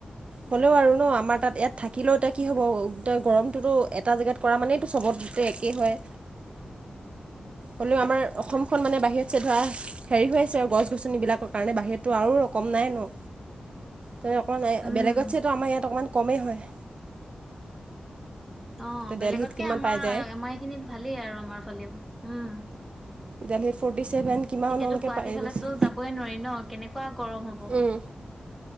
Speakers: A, on the right; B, in the centre.
A: হ'লেও আৰু ন আমাৰ তাত ইয়াত থাকিলেও এতিয়া কি হ'ব এয়া গৰমটোতো এটা জেগাত কৰা মানে চবতে একে হয় হলেও আমাৰ অসম খন মানে বাহিৰত চে ধৰা হেৰি হৈ আছে আৰু গছ গছনিবলাকৰ কাৰণে বাহিৰততো আৰু ৰকম নাই ন। তাৰ অকণমান
B: উম
A: বেলেগত চেটো আমাৰ ইয়াত অকণমান কমেই হয়।
B: অ'
A: এতিয়া
B: বেলেগতকে
A: দেলহিত কিমান
B: আমাৰ
A: পাই যায়
B: আমাৰ এইখিনিত ভালেই আৰু আমাৰ ফালেও উম।
A: দেলহিত ফৰ্টি ছেভেন কিমানলৈকে
B: এতিয়াতো গুৱাহাটী
A: পায়ে
B: ফালেতো
A: গৈছিল
B: যাবই নোৱাৰি ন কেনেকুৱা গৰম হ'ব
A: উম।